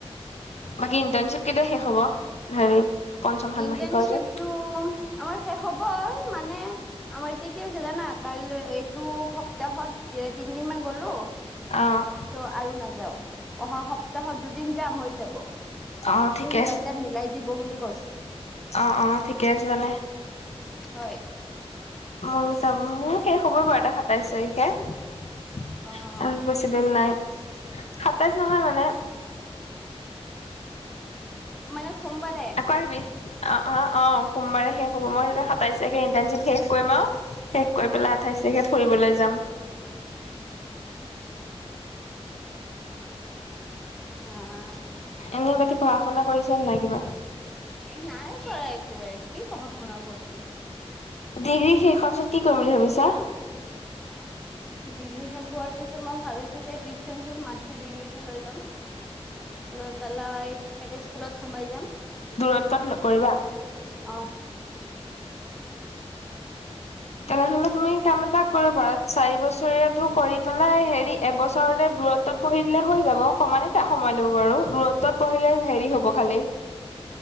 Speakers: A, on the left; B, in the centre.
A: বাকী ইণ্টাৰণশ্বিপ কেইটায়া শেষ হ'ব? হেৰি, পঞ্চম ষান্মাসিকৰ
B: ইণ্টাৰ্ণশ্বিপটো
A: যে
B: আমাৰ শেষ হ'বই মানে, আমাৰ এতিয়া কি হৈছে জানা কালৈ এইটো সপ্তাহত তে তিনদিন মান গ'লো।
A: অ',
B: ত',, আৰু নাযাও, অহা সপ্তাহত দুদিন যাম হৈ যাব। ত',
A: অ ঠিকে
B: সিহঁতে মিলাই দিব বুলি কৈছে।
A: অঁ অঁ ঠিকে আছে তেনে।
B: হয়।
A: ময়ো যাম মোৰো শেষ হ'বই বাৰু এটা সাতাইশ তাৰিখে। উম
B: অ',
A: বেছি দিন নাই, সাতাইছ নহয় মানে
B: মানে সোমবাৰে।
A: পাৰিবি, অ অ অ সোমবাৰে শেষ হ'ব মই তেতিয়া সাতাইশ তাৰিখে ইটাৰশ্বিপ শেষ কৰিম আও শেষ কৰি পেলাই আঠাইছ তাৰিখে ফুৰিবলৈ যাম।
B: <inaudible> অহ।
A: এনেই বাকী পঢ়া-শুনা কৰিছে নে নাই কিবা?
B: এই নাই কৰা একোৱে কি পঢ়া-শুনা কৰিম।
A: ডিগ্ৰী শেষ হোৱাৰ পিছত কি কৰিম বুলি ভাবিছা?
B: ডিগ্ৰী শেষ হোৱাৰ পিছত মই ভাবিছো যে ডিচটেন্সত মাষ্টাৰ ডিগ্ৰীটো লৈ ল'ম। লৈ পেলাই এ ডি স্কুলত সোমাই যাম।
A: দূৰত্বত কৰিবা?
B: অহ।
A: তেনেহলে তুমি কাম এটা কৰিব পাৰা চাৰি বছৰীয়াটো কৰি পেলাই হেৰি এবছৰতে দূৰত্বত পঢ়ি দিলে হৈ যাব, সমানে এ সময় ল'ব বাৰু, দূৰত্বত পঢ়িলে হেৰি হ'ব খালি
B: <inaudible>